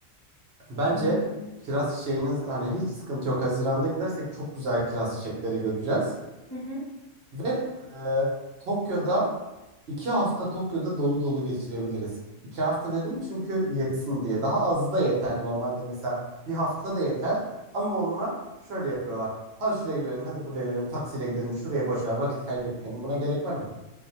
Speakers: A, on the right; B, on the left.
A: Bence
B: Anladım.
A: kiraz çiçeğiniz hani hiç sıkıntı yok. Haziran'da gidersek çok güzel kiraz çiçekleri göreceğiz.
B: Hı hı.
A: Ve e, Tokyo'da iki hafta Tokyo'da dolu dolu geçirebiliriz. İki hafta dedim çünkü yetsin diye. Daha azı da yeter normalde mesela bir hafta da yeter. Ama onlar şöyle yapıyorlar. Hadi şuraya görelim, hadi buraya görelim, taksiyle gidelim, şuraya boş ver, vakit kaybetmeyelim. Buna gerek var mı?